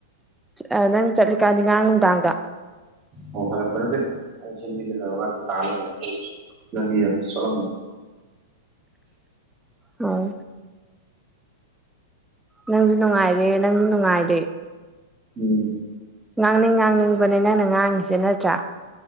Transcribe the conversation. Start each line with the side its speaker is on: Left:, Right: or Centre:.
Centre: ꯑ ꯅꯪ ꯆꯠꯂꯤꯀꯥꯟꯅꯤ ꯉꯥꯔꯥꯡ ꯅꯨꯡꯗꯥꯡꯗꯣ
Right: ꯑꯣ ꯍꯜꯂꯛꯄ ꯅꯠꯇꯦ ꯑꯩꯅ ꯆꯦꯟꯕꯤꯒꯦ ꯇꯧꯔꯀꯥꯟꯗ ꯇꯥ ꯂꯩꯔꯝꯃꯦ ꯂꯝꯕꯤꯗꯣ ꯆꯣꯠꯂꯝꯃꯦ
Centre: ꯑꯣ ꯅꯪꯖꯨ ꯅꯨꯡꯉꯥꯏꯔꯦ ꯅꯪꯖꯨ ꯅꯨꯡꯉꯥꯏꯔꯦ
Right: ꯎꯝ
Centre: ꯉꯥꯡꯅꯤꯡ ꯉꯥꯡꯅꯤꯡꯕꯅꯦ ꯅꯪꯅ ꯉꯥꯡꯉꯤꯖꯦ ꯅꯠꯇ꯭ꯔꯥ